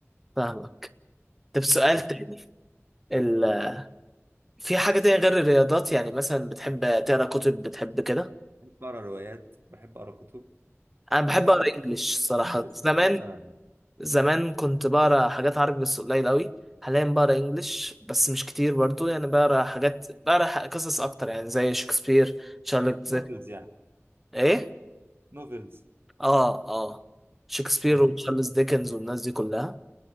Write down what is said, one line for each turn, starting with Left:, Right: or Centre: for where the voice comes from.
Centre: فاهمك طب سؤال
Right: فكنت
Centre: تاني ال... في حاجة تانية غير الرياضات يعني مثلا بتحب تقرا كتب بتحب كده
Right: بحب اقرا روايات بحب اقرا كتب
Centre: أنا بحب
Right: بحب
Centre: أقرا
Right: اقرا
Centre: إنجليش الصراحة
Right: جداً، بس
Centre: زمان
Right: في حتى
Centre: زمان كنت بقرا حاجات عربي بس قليل قوي حاليا بقرا إنجليش بس مش كتير برضو يعني بقرا حاجات بقرا ح- قصص أكتر يعني زي شكسبير تشارلز
Right: نوفلز
Centre: ديكنز
Right: يعني
Centre: إيه؟
Right: نوفلز
Centre: آه آه شكسبير
Right: ايوه
Centre: وتشارلز ديكنز والناس دي كلها